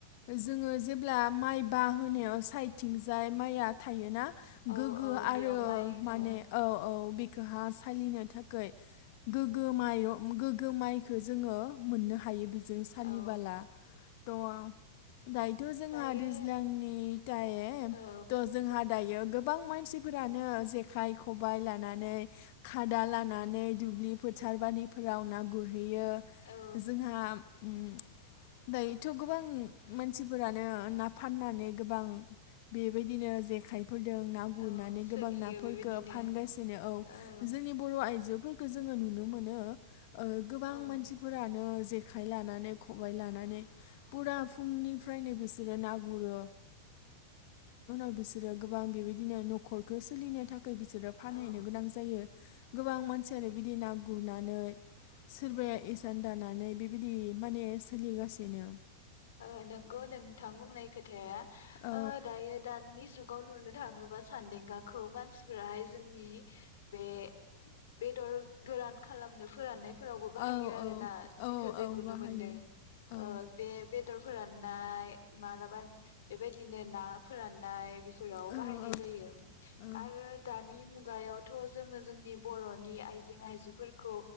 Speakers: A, on the left (about 55°); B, on the left (about 70°).
A: जोङो जेब्ला माइ बाहोनायाव सायदथिंजाय माइआ थायोना
B: औ
A: गोग्गो
B: औ
A: आरो
B: बेयाव माइ
A: माने
B: ओ
A: औ औ बि खोहा सालिनो थाखोय गोग्गो माइर गोग्गो माइखो जोङो मोननो हायो बि जों सालिबाला
B: औ
A: द'वाव दायोथ' जोंहा
B: दायो
A: दैज्लांनि थायेम
B: औ
A: थ' जोंहा दायो गो गोबां मानसिफोरानो जेखाइ खबाइ लानानै खादा लानानै दुब्लि फोथार बादि रावनागुर हैयो
B: औ
A: जोंहा उम दायोथ' गोबां मानसिफोरानो ना फाननानै गोबां बेबायदिनो जे खाइफोरदों ना गुरनानै
B: औ सोलियो
A: गोबां नाफोरखो
B: बेबायदिनो
A: फानगासिनो औ।
B: ओ
A: जोंनि बर' आइजो फोरखौ जोङो नुनो मोनो ओ गोबां
B: औ
A: मानसिफोरानो जेखाइ लानानै खबाइ लानानै फुरा फुंनिफ्रायनो बिसोरो ना गुरो बिसोरो फानहैनो
B: औ
A: गोनां जायो गोबां मानसि आरो बिदि ना गुरनानै सोरबाया इसान दानानै बेबायदि माने सोलिगासिनो
B: ओ नोंगौ नोंथां बुंनाय खोथाया
A: औ
B: ओ दायो दानि जुग खौ नुनो थाङोबा सानदेंगा खौ मानसिफोराहाय जोंनि <inaudible> बे बेदर गोरान खालामनो फोराननाय फोरावबो बाहायो
A: औ
B: आरोना
A: औ
B: जेखौ
A: औ
B: जे
A: औ
B: नुनो
A: बाहायो
B: मोनदों
A: औ
B: ओ बे बे बेदर फोराननाय मालाबा बेबायदिनो ना फोरान नाय बेफोराव बाहायनाय
A: औ औ
B: जायो
A: औ
B: आरो दानि मु गायावथ' जोङो जोंनि बर'नि आइजें आइजुफोरखौ